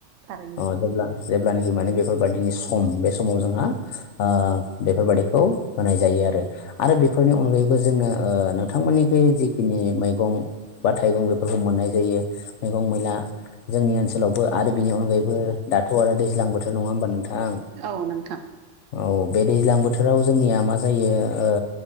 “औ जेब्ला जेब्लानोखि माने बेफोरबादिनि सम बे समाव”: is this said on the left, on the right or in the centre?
Left